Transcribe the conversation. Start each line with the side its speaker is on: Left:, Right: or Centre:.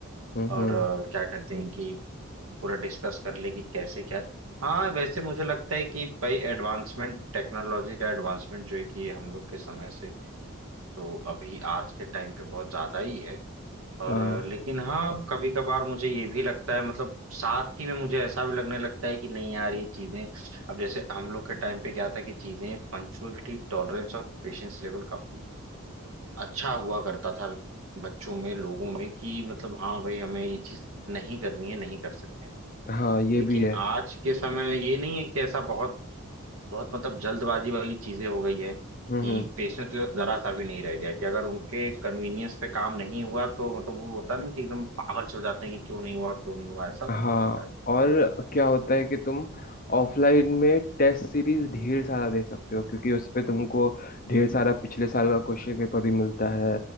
Left: हम्म
Right: और
Left: हम्म
Right: अ, क्या कहते हैं कि पूरा डिस्कस कर ले कि कैसे क्या हाँ वैसे मुझे लगता है कि भाई एडवांसमेंट टेक्नोलॉजी का एडवांसमेंट जो है कि हम लोग के समय से तो अभी आज के टाइम पे बहुत ज्यादा ही है और
Left: हाँ
Right: अ, लेकिन हाँ कभी कभार मुझे ये भी लगता है मतलब साथ ही में मुझे ऐसा भी लगने लगता है कि नहीं यार ये चीजें अब जैसे हम लोग के टाइम पे क्या था कि चीजें पंक्चुअलिटी टॉलरेंस और पेशेंस लेवल काफी अच्छा हुआ करता था बच्चों में लोगों में कि मतलब हाँ भाई हमें ये चीज नहीं करनी है नहीं कर सकते
Left: हाँ ये
Right: लेकिन
Left: भी है
Right: आज के समय ये नहीं है कि ऐसा बहुत बहुत मतलब जल्दबाजी वाली चीजें हो गई है कि
Left: हम्म
Right: पेशेंस लेवल जरा सा भी नहीं रह गया कि अगर उनके कन्वीनियंस पे काम नहीं हुआ तो मतलब वो होता नहीं कि एकदम पागल से हो जाते हैं कि क्यों नहीं हुआ क्यों नहीं हुआ ऐसा मुझे
Left: हाँ
Right: लगता है
Left: और क्या होता है कि तुम ऑफलाइन में टेस्ट सीरीज ढेर सारा दे सकते हो क्योंकि उस पे तुमको ढेर सारा पिछले साल का क्वेश्चन पेपर भी मिलता है